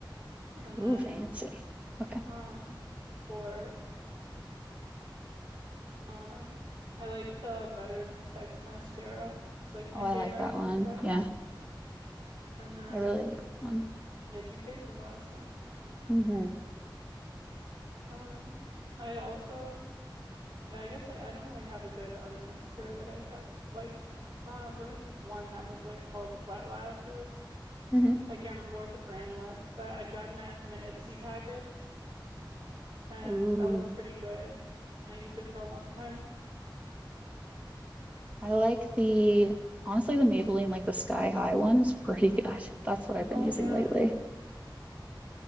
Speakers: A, on the right; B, on the right.
A: And
B: Ooh,
A: then
B: fancy. Okay.
A: um for Um, I like the Better Than Sex mascara. was like my
B: Oh, I
A: favorite,
B: like that
A: I
B: one.
A: would say.
B: Yeah,
A: And then
B: I really like that one.
A: yeah, Too Faced is awesome.
B: Mm-hmm.
A: Um, I also yeah, I guess I, I don't really have a good other mascara that I have liked. Uh, there was this one that was like called Wet Lashes.
B: Mm-hmm.
A: I can't remember what the brand was, but I'd gotten it from an Ipsy package, and
B: Ooh,
A: that was pretty good. And I used it for a long time.
B: I like the honestly the Maybelline like the Sky High one is pretty good. <laughs> That's what I've
A: Oh
B: been using
A: yeah,
B: lately.